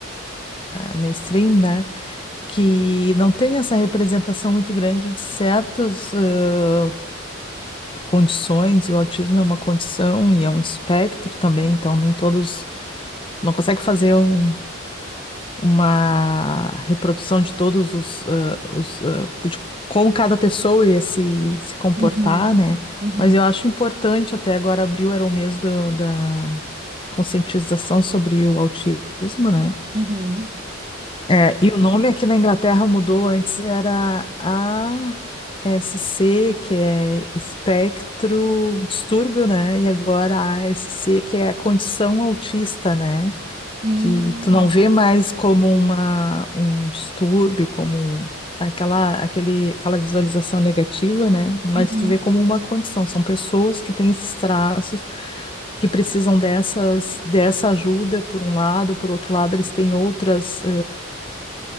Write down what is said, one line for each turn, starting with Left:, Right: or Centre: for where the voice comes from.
Left: a mainstream, né? que não tem essa representação muito grande de certas eh, condições, e o autismo é uma condição e é um espectro também, então nem todos. Tu não consegue fazer um- uma reprodução de todos os, eh, os eh, de como cada pessoa ia se, se comportar,
Right: Uhum,
Left: né?
Right: uhum,
Left: Mas eu acho importante, até agora abril era o mês do- da conscientização sobre o autismo, né?
Right: uhum.
Left: É, e o nome aqui na Inglaterra mudou, antes era a S C que é espectro distúrbio, né? E agora a S C que é a condição autista, né?
Right: Hum,
Left: Que tu não
Right: não
Left: vê
Right: sabia.
Left: mais como uma, um distúrbio, como um- aquela, aquele, aquela visualização negativa, né? Mas
Right: Uhum,
Left: tu vê como uma condição. São pessoas que têm esses traços que precisam dessas, dessa ajuda, por um lado, por outro lado, eles têm outras